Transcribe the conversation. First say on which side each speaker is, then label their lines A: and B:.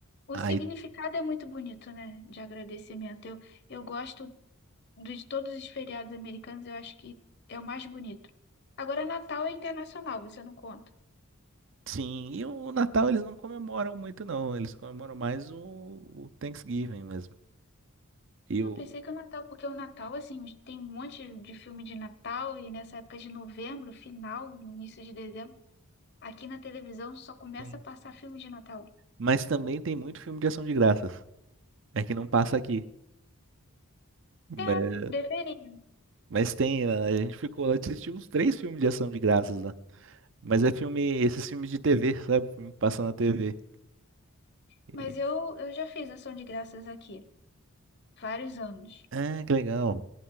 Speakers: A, on the left; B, on the right.
A: O
B: aí
A: significado é muito bonito, né? De agradecimento. Eu, eu gosto de todos os feriados americanos, eu acho que é o mais bonito. Agora, Natal é internacional, você não conta.
B: sim, e o Natal eles não comemoram muito, não. Eles comemoram mais o, o Thanksgiving mesmo. E
A: Eu
B: o.
A: pensei que o Natal, porque o Natal, assim, tem um monte de filme de Natal, e nessa época de novembro, final, início de dezembro, aqui na televisão só começa
B: Sim.
A: a passar filme de Natal.
B: Mas também tem muito filme de ação de graças. É que não passa aqui. Mas,
A: É, deveria.
B: mas tem, a gente ficou lá, assistiu uns três filmes de ação de graças Mas é filme, esses filmes de TV, sabe? Filme que passa na Hum. TV. E-
A: Mas eu, eu já fiz ação de graças aqui, vários anos.
B: ah, que legal.